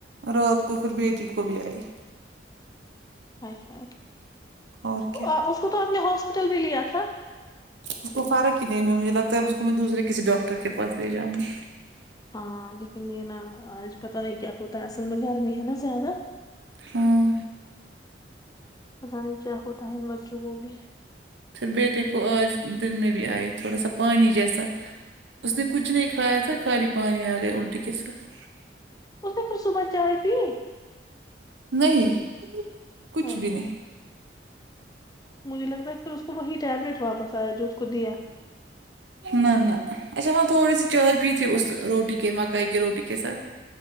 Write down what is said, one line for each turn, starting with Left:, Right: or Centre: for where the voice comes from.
Right: رات کو پھر بیٹی کو بھی آئی
Left: ہای ہای
Right: اور کیا
Left: آپ اس کو تو اپ نے ہاسپٹل بھی لیا تھا
Right: اس کو فرق ہی نہیں ہو ہے مجھے لگتا ہے اس کو میں دوسرے کسی ڈاکٹر کے پاس لے جاؤں گی
Left: ہاں لیکن یہ نا آج پتہ نہیں کیا کوتا ہے اصل میں گرمی ہے نا زیادہ
Right: ہاں
Left: پتا نہیں کیا ہوتا ہے ان بچوں کو بھی
Right: پھر بیٹی کو آج دن میں بھی آئی تھوڑا سا پانی جیسا اس
Left: ہائے
Right: نے کچھ نہیں کھایا تھا خالی پانی
Left: ہائے.
Right: آ گیا الٹی کے ساتھ
Left: اس نے پھر صبح چائے پی
Right: نہیں کچھ
Left: اہے
Right: بھی نہیں
Left: ہاے مجھے لگتا ہے پھر اس کو وہی ٹیبلیٹ واپس آیا جو اس کو دیا
Right: نہ نہ اچھا وہاں تھوڑی سی چائے پی تھی اس روٹی کے مکائی کے روٹی کے ساتھ